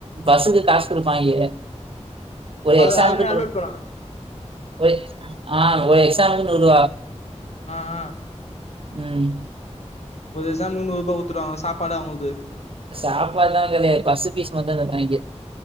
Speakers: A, on the right; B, on the left.
A: பஸ்ஸுக்கு காசு குடுப்பாய்ங்க ஒரு
B: அது
A: எக்ஸாமுக்கு
B: அது மாரி அலோட்
A: நூ
B: பண்ணலா
A: ஒரு ஆ ஒரு எக்ஸாமுக்கு நூறுவா
B: ஆ ஆ
A: உம்
B: ஒரு எக்ஸாம் முன்னூ ரூபா குடுத்துவாங்க சாப்பாடு அவங்கள்து
A: சாப்பாட்ல கடையாது பஸ் பீஸ் மட்டு தருவாயிங்க